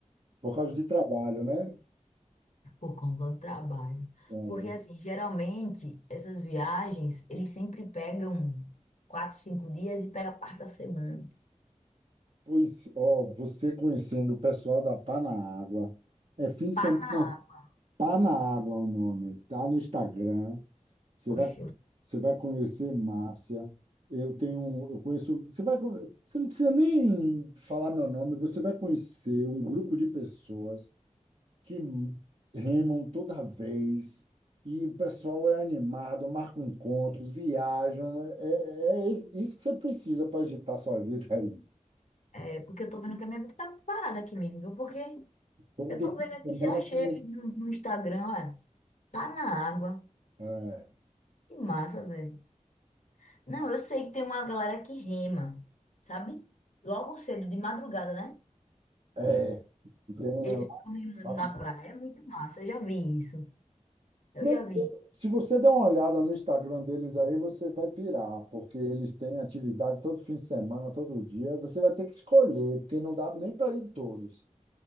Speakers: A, on the right (about 60°); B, on the left (about 70°).
A: por causa de trabalho, né?
B: por conta do trabalho.
A: É,
B: Porque, assim, geralmente, essas viagens, eles sempre pegam quatro, cinco dias e pega parte da semana.
A: Pois, ó, você conhecendo o pessoal da Pá na Água, é fim de semana
B: Ah,
A: Tá na água o nome, tá no Instagram. Você
B: poxa,
A: vai, você vai conhecer Márcia. Eu tenho, um, eu conheço. Você vai, con- você não precisa nem falar meu nome. Você vai conhecer um grupo de pessoas que remam toda vez e o pessoal é animado, marcam encontros, viajam. É, é is- isso que você precisa para agitar sua vida aí.
B: é porque eu tô vendo que a minha vida tá muito parada aqui mesmo, viu? Porque
A: Todo
B: eu tô vendo
A: fim de
B: aqui,
A: semana
B: já achei
A: tem, um,
B: ali no, no Instagram, olha, pá na água.
A: é,
B: Que massa, velho. Não, eu sei que tem uma galera que rema, sabe? Logo cedo, de madrugada, né?
A: é, tem
B: Eles ficam remando
A: lá
B: na
A: na
B: praia, é muito massa. Eu já vi isso. Eu
A: Não,
B: já vi.
A: se você der uma olhada no Instagram deles aí, você vai pirar, porque eles têm atividade todo fim de semana, todo dia. Você vai ter que escolher, porque não dá nem para ir em todos,